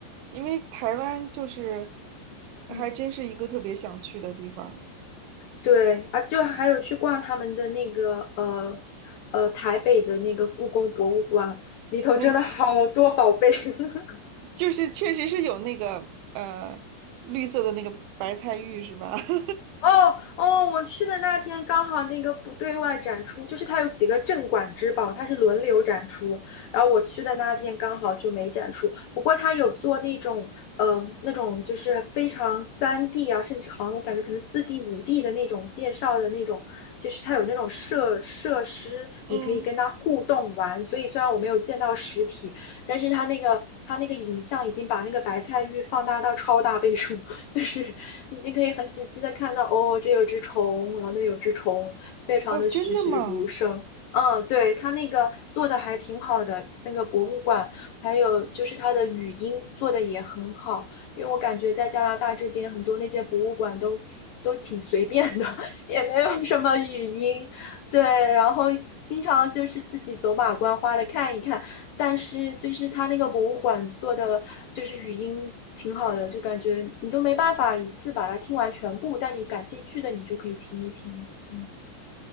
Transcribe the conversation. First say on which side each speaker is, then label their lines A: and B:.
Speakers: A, on the right; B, on the left.
A: 因为台湾就是
B: 嗯。
A: 还真是一个特别想去的地方。
B: 对啊，就还有去逛他们的那个呃呃台北的那个故宫博物馆，里头真的好多宝贝。
A: 那
B: <laughs>
A: 就是确实是有那个呃绿色的那个白菜玉是吧？<laughs>
B: 哦哦，我去的那天刚好那个不对外展出，就是它有几个镇馆之宝，它是轮流展出。然后我去的那天刚好就没展出，不过它有做那种，嗯、那种就是非常三 d 啊，甚至好像我感觉可能四 d 五 d 的那种介绍的那种，就是它有那种设设施，
A: 嗯，
B: 你可以跟它互动玩。所以虽然我没有见到实体，但是它那个它那个影像已经把那个白菜玉放大到超大倍数。就是你已经可以很仔细的看到，哦，这有只虫，然后那有只虫，非常的栩栩如生。
A: 哦，真的吗？
B: 嗯，对，他那个做的还挺好的，那个博物馆，还有就是他的语音做的也很好，因为我感觉在加拿大这边很多那些博物馆都都挺随便的，<laughs> 也没有什么语音，对，然后经常就是自己走马观花的看一看。但是就是他那个博物馆做的，就是语音挺好的，就感觉你都没办法一次把它听完全部，但你感兴趣的你就可以听一听。嗯，